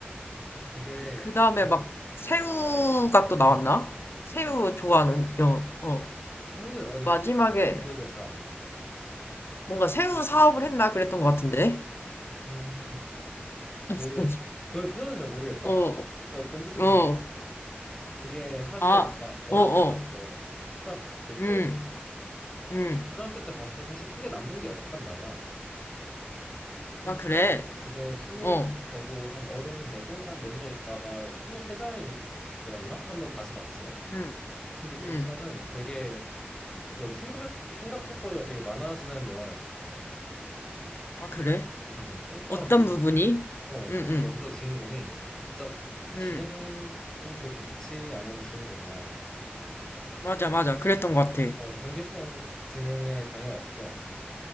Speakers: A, on the left (about 20°); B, on the left (about 70°).
A: 이게
B: 그, 그 다음에
A: 그
B: 막 새우가 또 나왔나?
A: 음.
B: 새우
A: 새우?
B: 좋아하는 영화, 어.
A: 새우야. 아, 근데
B: 마지막에
A: 그, 새우는 기억이 잘 안 나.
B: 뭔가
A: 새우는
B: 새우
A: 기억이
B: 사업을
A: 안
B: 했나 그랬던 것 같은데?
A: 나. 음.
B: <laughs>
A: 모르. 그 새우는 잘 모르겠다.
B: 어,
A: 본지 좀
B: 어,
A: 됐는데 이게 사실
B: 아,
A: 내가 어렸을
B: 어, 어,
A: 때 봤어. 초등학교
B: 음,
A: 때.
B: 음.
A: 초등학교 때 봤을 때 사실 크게 남는 게 없었단 말이야. 근데
B: 아, 그래?
A: 이제 스무
B: 어,
A: 살 되고 한 어른이 되고 한 몇 년 있다가 스물세 살이 되었나? 한번 다시 봤지.
B: 음,
A: 근데 그때는
B: 음.
A: 되게 그리고 이제 생각, 생각할 거리가 되게 많아지는 영화였어.
B: 아, 그래?
A: 음, 일단
B: 어떤
A: 먼저,
B: 부분이?
A: 어,
B: 음, 음,
A: 일단 먼저 주인공이 진짜
B: 음.
A: 지능이 그렇게 좋지 않은 주인공이야.
B: 맞아, 맞아. 그랬던 것 같아.
A: 어, 경계성 지능에 장애가 있어.